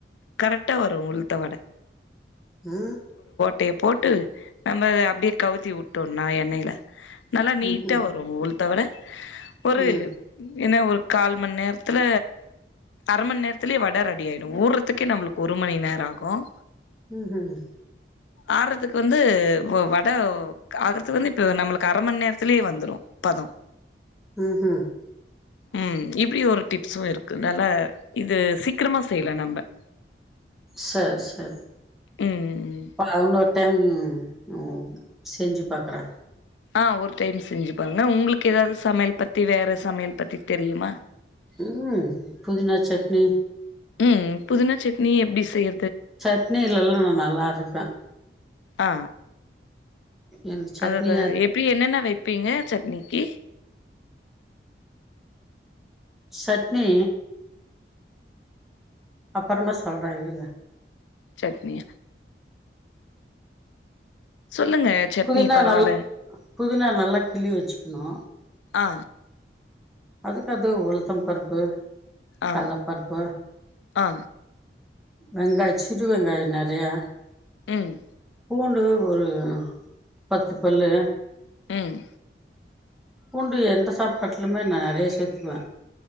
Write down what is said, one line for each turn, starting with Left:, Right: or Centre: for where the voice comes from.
Left: கரெக்டா வரும் உங்க ட்ட வடை
Centre: ஆ
Left: டேப் போட்டு நம்ம அப்டியே கவுத்தி வுட் ட்டோன்னா எண்ணெயில நல்லா நீட்டா
Centre: ம்ஹூம்
Left: வரும் உள் த்தொவர ஒரு
Centre: ம்
Left: ம் ஏன்னா ஒரு கால் மன் நேரத்துல அரை மன் நேரத்துலயே வட ரெடி ஆயிடும் ஊர் றத்துக்கே நம்முளுக்கு ஒரு மணி நேரம் ஆகும்
Centre: ம்ஹும்
Left: ஆர்றதுக்கு வந்து ஒ வட ஆகுறதுக்கு வந்து இப்ப நம்ளுக்கு அரை மன் நேரத்துலயே வந்துரும் பதம்
Centre: ம்ஹும்
Left: ம் இப்டி ஒரு டிப்ஸும் இருக்கு நல்லா இது சீக்கிரமா செய்யலாம் நம்ம
Centre: சர் சர்
Left: ம்
Centre: பன டெம் ஓ செஞ்சு பாக்குறே
Left: ஆ ஒரு டைம் செஞ்சு பாருங்க உங்களுக்கு ஏதாவது சமையல் பத்தி வேற சமையல் பத்தி தெரியுமா
Centre: ம் புதினா சட்னி
Left: ம் புதினா சட்னி எப்டி செய்ய
Centre: சட்னில எல்லா நா நல்லா அரைப்ப
Left: ஆ
Centre: எனக்கு சட்னி
Left: அததா
Centre: அது
Left: எப்டி என்னென்ன வெப்பிங்க சட்னிக்கு
Centre: சட்னி அப்றமா சொல்றே இருங்க
Left: சட்னி சொல்லுங்க சட்னி
Centre: குதினா
Left: பரவால்ல
Centre: நல்ல புதினா நல்லா கிள்ளி வச்சுக்ணூ
Left: ஆ
Centre: அதுக்கு அது உளுத்தம் பருப்பு
Left: ஆ
Centre: கல்லப்பருப்பு
Left: ஆ
Centre: வெங்காய் சிறு வெங்காய நறையா
Left: ம்
Centre: பூண்டு ஒரு பத்து பல்லு
Left: ம்
Centre: பூண்டு எந்த சாப்பாட்டுலுமே நா நெறைய சேத்துக்வே